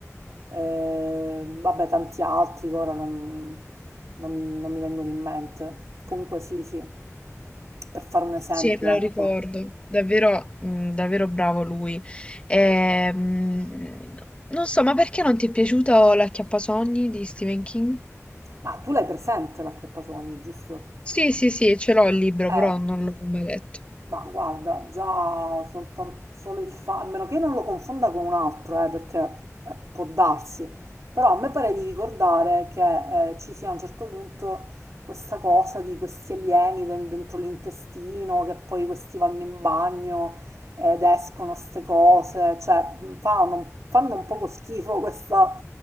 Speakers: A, on the right; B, on the left.
A: eh, vabbè tanti altri che ora non, non- non mi vengono in mente. Comunque sì, sì, per fare un esempio,
B: Sì, me
A: ecco.
B: lo ricordo, davvero, mh, davvero bravo lui. Ehm, non so, ma perché non ti è piaciuta L'acchiappasogni di Stephen King?
A: Ma tu l'hai presente l'acchiappasogni, giusto?
B: Sì, sì, sì, ce l'ho il libro,
A: Eh.
B: però non l'ho mai letto.
A: Ma guarda, già soltan- solo il fatto, a meno che non lo confonda con un altro, eh, perché eh, può darsi, però a me pare di ricordare che eh, ci sia a un certo punto questa cosa di questi alieni den- dentro l'intestino, che poi questi vanno in bagno ed escono ste cose, cioè mh, fa un- fanno un poco schifo <laughs> questa,